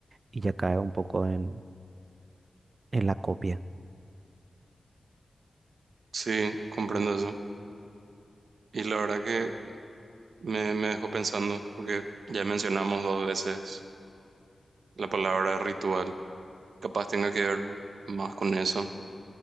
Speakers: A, on the right; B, on the right.
A: y ya cae un poco en, en la copia.
B: Sí, comprendo eso. Y la verdad que Me, me dejó pensando porque ya mencionamos dos veces la palabra ritual. Capaz tenga que ver más con eso.